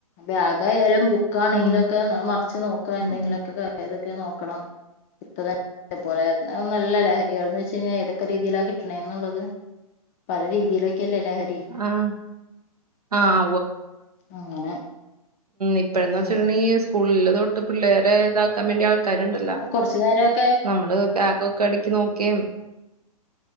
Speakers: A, on the left (about 25°); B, on the right (about 75°).
A: ബാ ഏതായാലും ബൂ ക്കാണെങ്കിലും
B: ഉം
A: ഒക്കെ അത് മറച്ച് നോക്ക എന്തെങ്കിലും
B: ഉം
A: ഒക്കെ <unintelligible> നോക്കണം ഇപ്പതന്നെ പോലെ മ് നല്ല ലഹരിയാ എന്താവെച്ച് കഴിഞ്ഞ ഏതൊക്കെ രീതിയില കിട്ട്ണെ എന്നുള്ളത് പല രീതിയിലും ക്കല്ലേ ലഹരി
B: ആഹ് ആഹ്
A: അങ്ങനെ
B: ഇപ്പഴ്ന്നെച്ചാ
A: ഉം
B: ഈ സ്കൂളില് തൊട്ട് പിള്ളേരെ ദാക്കാൻ മറ്റേ ആൾക്കാര്ണ്ടല്ലോ
A: ഉം കൊറച്ചു നേരൊക്കെ
B: നമ്മള് ബാഗൊക്കെ ടക്ക് നോക്കേം